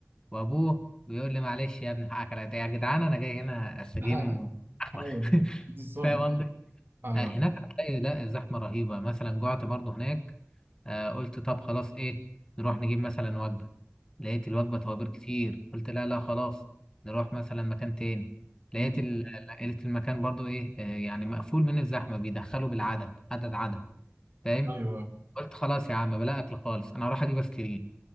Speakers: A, on the left; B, on the right.
A: وابوه بيقول لي معلش يا ابني حقك عليا يا جدعان انا جاي هنا استجم
B: <laughs>
A: احمد
B: ايوه
A: <laughs>
B: بالظبط
A: فاهم قصدي
B: ايوه
A: آه، هناك هتلاقي لا زحمه رهيبه مثلا جعت برضو هناك آه، قلت طب خلاص ايه نروح نجيب مثلا وجبه لقيت الوجبه توابل كتير قلت لا لا خلاص نروح مثلا مكان تاني لقيت
B: أمم.
A: ال- لقيت المكان برضو ايه آه، يعني مقفول من الزحمه بيدخلوا بالعدد عدد عدد فاهم
B: ايوه
A: قلت خلاص يا عم بلا اكل خالص انا هروح اجيب ايس كريم